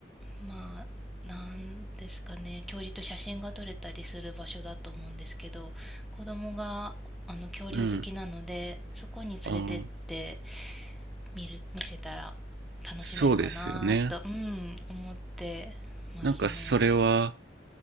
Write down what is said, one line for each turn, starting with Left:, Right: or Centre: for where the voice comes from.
Centre: まあ、なんですかね、恐竜と写真が撮れたりする場所だと思うんですけど、子供があの恐竜好きなので、
Right: うん。
Centre: そこに連れてって
Right: ああ、
Centre: 見る、見せたら楽しめるかなと、
Right: そうですよね。
Centre: うん、思ってますね。
Right: なんかそれは、